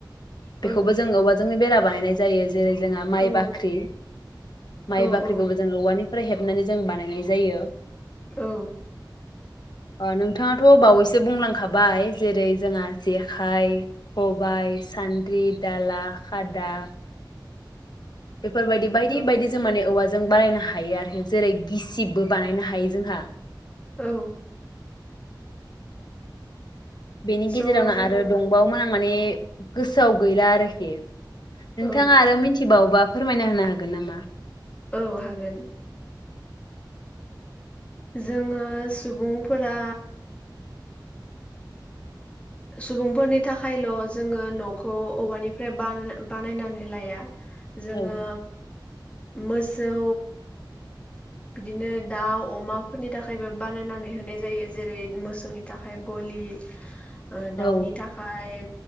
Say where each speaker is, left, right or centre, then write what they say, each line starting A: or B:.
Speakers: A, on the left (about 15°); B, on the left (about 60°).
A: औ
B: बेखौबो जों औवाजोंनो बेरा बायनाय जायो जेरै जोंहा माइ
A: औ
B: बाख्रि माइ
A: औ
B: बाख्रिखौबो
A: औ
B: जों औवानि निफ्राय हेबनानै जों बानायनाय जायो
A: औ
B: ओ नोंथाङाथ' बावैसो सो बुंलांखाबाय जेरै जोंहा जेखाइ खबाइ सान द्रि दाला खादा <inaudible> बेफोरबायदि बायदि
A: औ
B: बायदि जों माने औवा जों बानायनो हायो आरोखि जेरै गिसिबबो बानायनो हायो हायो जोंहा
A: औ
B: बेनि
A: स'
B: गेजेरावनो
A: जोङो
B: आरो दंबावोमोन आं माने गोसोआव गैला आरोखि नोंथाङा
A: औ
B: आरो मिथिबावोबा फोरमायना होनो हागोन नामा
A: औ हागोन जोङो सुबुंफोरा सुबुंफोरनि थाखायल' जोङो न'खौ औवानिफ्राय बानायनानै लाया जोङो
B: औ
A: मोसौ बिदिनो दाउ अमाफोरनि थाखायबो बानायनानै होनाय जायो जेरै मोसौनि थाखाय गलि ओ
B: औ
A: दाउनि थाखाय